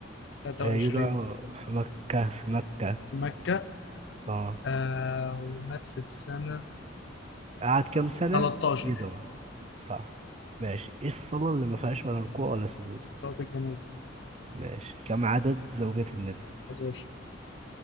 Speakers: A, on the left; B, on the right.
A: 23
B: آه يدعو في مكة في مكة
A: في مكة
B: اه
A: آه ومات في السنة
B: قعد كم سنة
A: 13
B: يدعو صح ماشي ايه الصلاة اللي ما فيهاش ولا ركوع ولا سجود
A: صلاة الجنازة
B: ماشي كم عدد زوجات النبي
A: 11